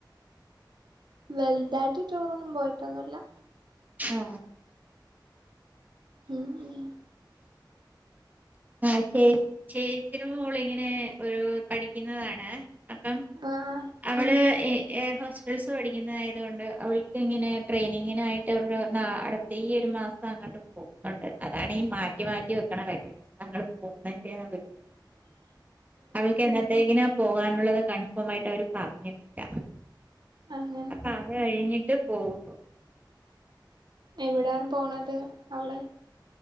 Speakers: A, on the right (about 65°); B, on the right (about 20°).
A: വെൽതായിട്ട് ടൂറൊന്നും പോയിട്ടൊന്നുല്ല
B: ആ
A: ഉം ഉം
B: ആ ചേ-ചേച്ചിടെ മോളിങ്ങനെ ഒരു പഠിക്കുന്നതാണ് അപ്പം
A: ആ ആ
B: അവള് ഏ എയർഹോസ്റ്റസ് പഠിക്കുന്നതായതുകൊണ്ട് അവൾക്ക് ഇങ്ങനെ ട്രെയിനിങ്ങിനായിട്ട് അവൾ <unintelligible> മാസം അങ്ങോട്ട് പോകുന്നുണ്ട് അതാണീ മാറ്റി മാറ്റി വെക്കണ വരെ ഞങ്ങൾ പോകുന്നതിന്റെ ആ ഒരു <inaudible>
A: ഉ <unintelligible>
B: അവൾക്ക് എന്നത്തേക്കിന പോകാനുള്ളത് കൺഫേം ആയിട്ട് അവര് പറഞ്ഞിട്ടില്ല
A: അങ്ങനെ
B: അപ്പൊ അത് കഴിഞ്ഞിട്ട് പോവും
A: എവിടാണ് പോണത് അവിടെ